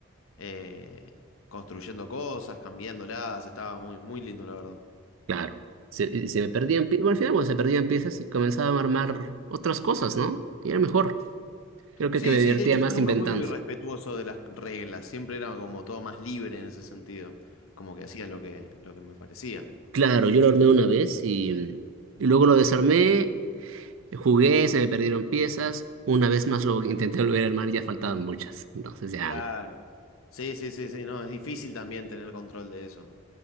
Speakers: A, on the left; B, on the right.
A: eh, construyendo cosas, cambiándolas. Estaba muy, muy lindo, la verdad.
B: claro. Se, y se me perdían, pie- bueno, al final, bueno, se perdían piezas y comenzaba a armar otras cosas, ¿no? Y era mejor. Creo que,
A: Sí,
B: que me
A: sí,
B: divertía
A: de hecho,
B: más
A: yo nunca
B: inventando.
A: fui muy respetuoso de las reglas. Siempre era como todo más libre en ese sentido. Como que hacía lo que, lo que me parecía.
B: Claro, yo lo armé una vez y, y luego lo desarmé, jugué, se me perdieron piezas. Una vez más lo intenté volver a armar y ya faltaban muchas. Entonces ya,
A: Claro. Sí, sí, sí, sí, no, es difícil también tener control de eso.